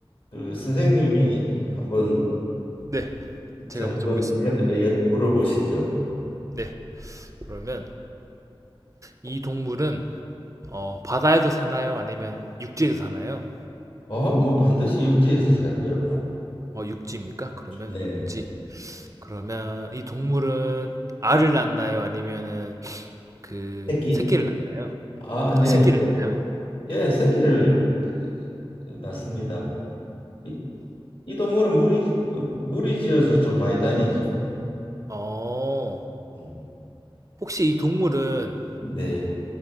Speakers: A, on the left (about 65°); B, on the right (about 35°).
A: 그 선생님이 한번
B: 네, 제가
A: 저 한번
B: 맞춰보겠습니다.
A: 여- 여- 물어보시죠.
B: 네, 그러면 이 동물은 어, 바다에서 사나요? 아니면 육지에서 사나요?
A: 어 뭐 반드시 육지에서 살죠.
B: 어, 육지입니까? 그러면
A: 네
B: 육지. 그러면 이 동물은 알을 낳나요? 아니면은 그
A: 새끼
B: 새끼를 낳나요?
A: 아네
B: 아, 새끼를. 낳-
A: 예 새끼를 어, 낳습니다. 이, 이 동물은 무리 무리지어서 좀 많이 다니죠.
B: 어,
A: 음.
B: 혹시 이 동물은
A: 네.